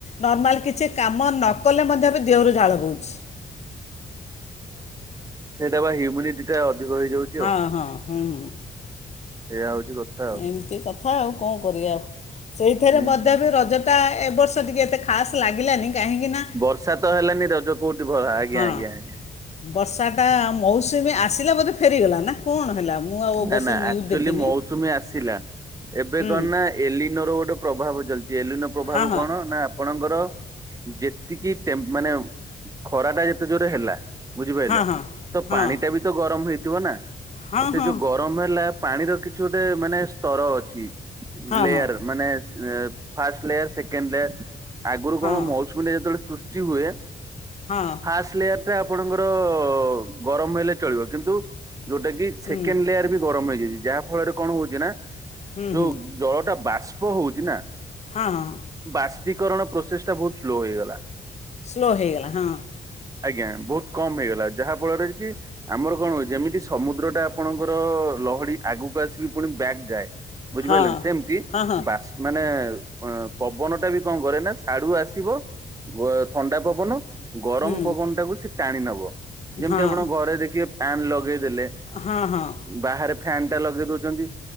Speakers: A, on the left; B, on the right.
A: ନର୍ମାଲ କିଛି କାମ ନକଲେ ମଧ୍ୟ ବି ଦେହରୁ ଝାଳ ବୋଉଛି।
B: ସେଇଟା ବା ହ୍ୟୁମିଟି ଟା ଅଧିକ ହେଇଯାଉଛି।
A: ହଁ
B: ଆଉ
A: ହଁ ହୁଁ ହୁଁ।
B: ସେଇଆ ହଉଛି କଥା। ଆଉ।
A: ଏମିତି କଥା ଆଉ କଣ କରିବା ଆଉ ସେଇଥିରେ
B: ହୁଁ
A: ମଧ୍ୟ
B: ହୁଁ
A: ବି ରଜ ତା ଏ ବର୍ଷ ଟିକେ ଏତେ ଖାସ୍ ଲାଗିଲାନି କାହିଁକି ନା
B: ବର୍ଷା ତ ହେଲାନି ରଜ କୋଉଠି ଭଲ ଆଜ୍ଞା
A: ହଁ
B: ଆଜ୍ଞା ଆଜ୍ଞା।
A: ବର୍ଷାଟା ମୌସୁମୀ ଆସିଲା ବୋଧେ ଫେରିଗଲା ନା କଣ ହେଲା? ମୁଁ ଆଉ ଅବଶ୍ୟ
B: ନା ନା
A: ନ୍ୟୁଜ୍
B: ଆକୁଚୁଆଲି
A: ଦେଖିନି
B: ମୌସୁମୀ ଆସିଲା। ଏବେ
A: ହୁଁ
B: କଣ ନା ଏଲିନର ଗୋଟେ ପ୍ରଭାବ ଚାଲିଛି ଏଲିନ ପ୍ରଭାବ
A: ହଁ
B: କଣ ନା ଆପଣଙ୍କର ଯେତିକିଟେପ୍ରେ ମାନେ ଖରାଟା ଯେତେ ଜୋରେ ହେଲା। ବୁଝିପାଇଲେ
A: ହଁ
B: ତ
A: ହଁ
B: ପାଣି ଟା ବି ତ ଗରମ ହେଇଥିବ ନା
A: ହଁ
B: ସେ
A: ହଁ ହଁ
B: ଯୋଉ ଗରମ ହେଲା ପାଣିର କିଛି ଗୋଟେ ମାନେ ସ୍ତର ଅଛି
A: ହଁ
B: ଲେୟାର
A: ହଁ
B: ମାନେ ଫାଷ୍ଟେ ଲେୟାର ସେକେଣ୍ଡ ଲେୟାର ଆଗରୁ
A: ହଁ
B: କଣ ମୌ <inaudible> ଯେତେବେଳେ ସୃଷ୍ଟି ହୁଏ।
A: ହଁ।
B: ଫାଷ୍ଟ ଲେୟାର ଟା ଆପଣଙ୍କର ଗରମ ହେଲେ ଚଳିବ କିନ୍ତୁ ଯୋଉଟା କି
A: ହୁଁ
B: ଚିକେନ ଲେୟାର ବି ଗରମ ହେଇଯାଇଛି ଯାହା ଫଳରେ କଣ ହଉଛି ନା
A: ହୁଁ
B: ଯୋଉ
A: ହୁଁ
B: ଜଳ ଟା ବାଷ୍ପ ହଉଛି ନା
A: ହଁ
B: ବାଷ୍ପୀକରଣ ପ୍ରୋସେସ ଟା ବହୁତ ସ୍ଲୋ ହେଇଗଲା
A: ସ୍ଲୋ ହେଇଗଲା ହଁ
B: ଆଜ୍ଞା ବହୁତ କମ ହେଇଗଲା ଯାହା ଫଳରେ କି ଆମର କଣ ହୁଏ ଯେମିତି ସମୁଦ୍ର ଟା ଆପଣଙ୍କର ଲହଡି ଆଗକୁ ଆସିକି ପୁଣି ବ୍ୟାଗ ଯାଏ ବୁଝିପାଇଲେ
A: ହଁ
B: ସେମତି
A: ହଁ ହଁ
B: ମାନେ ଅ ପବନ ଟା ବି କଣ କରେ ନା ସିଆଡୁ ଆସିବ ଗୋ ଥଣ୍ଡା ପବନ ଗରମ
A: ହୁଁ
B: ପବନ ଟାକୁ ସେ ଟାଣି ନବ ଯେମିତି
A: ହଁ
B: ଆପଣ ଘରେ ଦେଖି ଫ୍ୟାନ ଲଗେଇଦେଲେ
A: ହଁ ହଁ
B: ବାହାରେ ଫ୍ୟାନ ଟା ଲଗେଇ ଦଉଛନ୍ତି